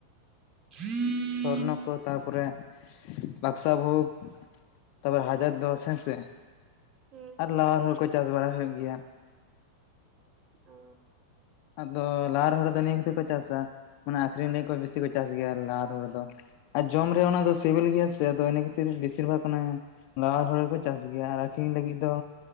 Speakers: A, on the right; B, on the left.
A: ᱦᱮᱸ <unintelligible>
B: ᱥᱚᱨᱱᱚ ᱠᱚ ᱛᱟᱯᱚᱨᱮ, ᱵᱟᱫᱥᱟ ᱵᱷᱳᱜᱽ ᱠᱚ ᱛᱚᱵᱮ ᱦᱟᱡᱟᱨ ᱫᱚᱥ ᱦᱮᱸ ᱥᱮ,
A: ᱦᱮᱸ
B: ᱟᱨ ᱞᱟᱣᱟᱨ ᱦᱚᱲᱩ ᱠᱩ ᱪᱟᱥ ᱵᱟᱲᱟ ᱦᱩᱭᱩᱜ ᱜᱮᱭᱟ᱾
A: ᱚ
B: ᱟᱫᱚ ᱞᱟᱣᱟᱨ ᱦᱚᱲᱩ ᱫᱚ ᱱᱤᱭᱟᱹ ᱠᱷᱟᱹᱛᱤᱨ ᱠᱚ ᱪᱟᱥᱟ ᱢᱟᱱᱮ ᱟᱠᱷᱨᱤᱧ ᱞᱟᱹᱜᱤᱫ ᱠᱚ ᱵᱮᱥᱤ ᱠᱚ ᱪᱟᱥ ᱜᱮᱭᱟ ᱞᱟᱣᱟᱨ ᱦᱩᱲᱩ ᱫᱚ᱾ ᱟᱨ ᱡᱚᱢ ᱨᱮ ᱚᱱᱟ ᱫᱚ ᱥᱤᱵᱤᱞ ᱜᱮᱭᱟ ᱥᱮ ᱟᱫᱚ ᱤᱱᱟᱹ ᱠᱷᱟᱹᱛᱤᱨ ᱵᱮᱥᱤᱨ ᱵᱷᱟᱜᱽ ᱚᱱᱮ ᱞᱟᱣᱟᱨ ᱦᱚᱲᱩ ᱠᱚ ᱪᱟᱥ ᱜᱮᱭᱟ ᱟᱨ ᱟᱠᱷᱨᱤᱧ ᱞᱟᱹᱜᱤᱫ ᱫᱚ